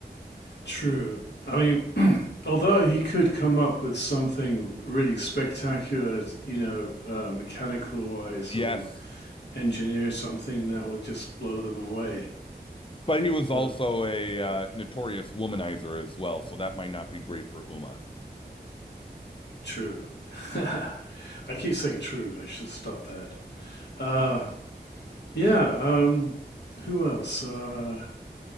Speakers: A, on the left (about 80°); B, on the left (about 30°).
A: True. I mean, <clears throat> although he could come up with something really spectacular, you know, uh, mechanical wise,
B: Yes.
A: or engineer something that will just blow them away.
B: But he was also
A: So
B: a uh, notorious womanizer as well, so that might not be great for Uma.
A: true. <laughs> I keep saying true. I should stop that. Uh, yeah. Um, who else? Uh,